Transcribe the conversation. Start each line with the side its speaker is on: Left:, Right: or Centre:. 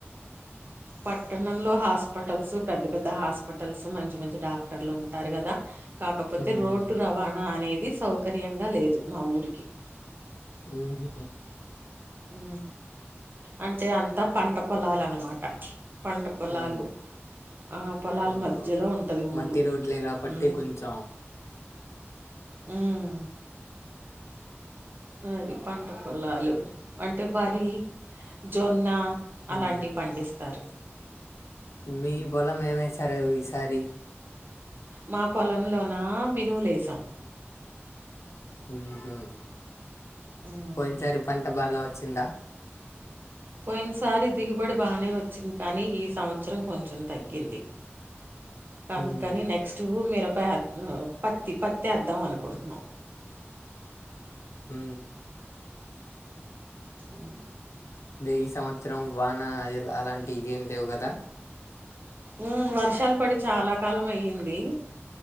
Right: పట్టణంలో హాస్పిటల్స్ పెద్ద పెద్ద హాస్పిటల్స్ మంచి మంచి డాక్టర్లు ఉంటారు గదా కాకపోతే
Left: హ్మ్.
Right: రోడ్డు రవాణా అనేది సౌకర్యంగా లేదు మా ఊరికి
Left: ఊహు
Right: ఉ అంటే అంతా పంట పొలాలనమాట పంట పొలాలు
Left: అవును.
Right: ఆ పొలాల
Left: హ్మ్.
Right: మధ్యలో ఉంటది
Left: మట్టి
Right: ఊరు
Left: రోడ్లే గాబట్టి
Right: ఉ
Left: కొంచెం
Right: మ్మ్ అది పంట పొలాలు అంటే వరి, జొన్న
Left: హ్మ్.
Right: అలాంటివి పండిస్తారు
Left: మీ పొలం ఏమేసారు ఈసారి
Right: మా పొలంలోన మినుములేసాం
Left: మ్మ్ హ్హ్
Right: వేసాం
Left: పోయినసారి పంట బాగా వచ్చిందా
Right: పోయినసారి దిగుబడి బానే వచ్చింది కానీ ఈ సంవత్సరం కొంచెం తగ్గింది ఇంక
Left: హ్మ్.
Right: అందుకని నెక్స్ట్ మీరు పత్తి పత్తి యేద్దాం అనుకుంటున్నాం
Left: ఊ
Right: ఆ
Left: దే ఈ సంవత్సరం వాన అలాంటి ఏం లేవు కదా
Right: ఉ వర్షాలు పడి చాలా కాలం అయ్యింది